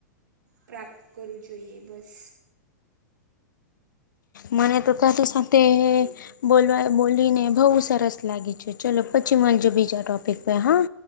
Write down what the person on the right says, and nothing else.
પ્રાપ્ત કરવું જોઈએ બસ.